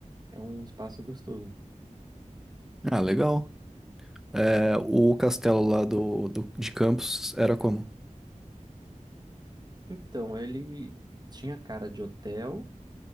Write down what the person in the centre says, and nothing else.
Ah, legal. É, o castelo lá do, do- de Campos era como?